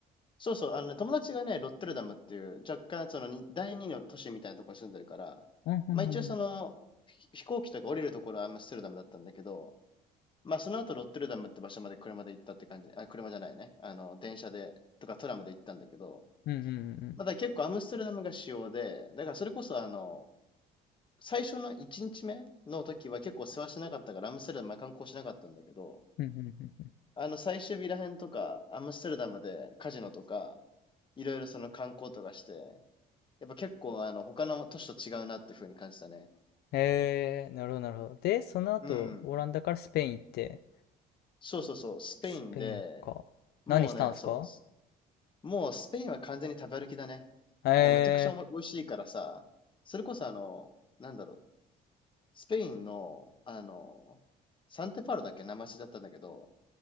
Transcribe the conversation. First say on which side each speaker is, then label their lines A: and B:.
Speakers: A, on the left; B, on the left.
A: そうそう、あのね、友達がね、ロッテルダムっていう、若干、そのに、第二の都市みたいなところに住んでるから、
B: うんうんうんうん。
A: まあ一応その、ひ飛行機とか降りるところはアムステルダムだったんだけど、まあその後ロッテルダムって場所まで車で行ったって感じ、あ、車じゃないね。あの、電車で、とかトラムで行ったんだけど、
B: うんうんうんうん。
A: まだ結構アムステルダムが主要で、だからそれこそあの、最初の1日目の時は結構世話しなかったからアムステルダムは観光しなかったんだけど、
B: うんうんうんうん
A: あの最終日らへんとか、アムステルダムでカジノとか、いろいろその観光とかして、やっぱ結構あの他の都市と違うなっていう風に感じたね。
B: ええなるほど、なるほど。で、その後、
A: うんうん。
B: オランダからスペイン行って、
A: そうそうそう、スペインで、
B: スペインか。
A: もうね、
B: 何したんですか
A: そう、もうスペインは完全に食べ歩きだね。
B: ええ
A: もうめちゃくちゃおも美味しいからさ、それこそあの、なんだろう、スペインの、あの、サンテパウロだっけ生足だったんだけど、